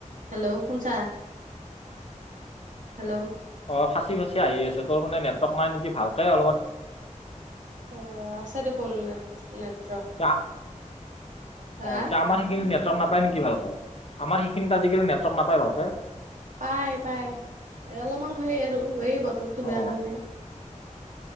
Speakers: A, on the right; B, on the left.
A: অ শুনছা? হেল্ল।
B: অ ফাচি ফাচি আহি আছে, তোৰ মানে নেটৱৰ্ক নাই নেকি ভালকে অলপমান
A: অঁ আছে দেখোন নে নেটৱৰ্ক।
B: অ
A: হা
B: আমাৰ সেইখিনি নেটৱৰ্ক নাপায় নেকি ভালকে? আমাৰ সেইখিনিত আজালি নেটৱৰ্ক নাপায় ভালকে?
A: পায় পায় অলপমানং খেই আৰু এই বতৰটো বেয়া
B: অ
A: কাৰণে।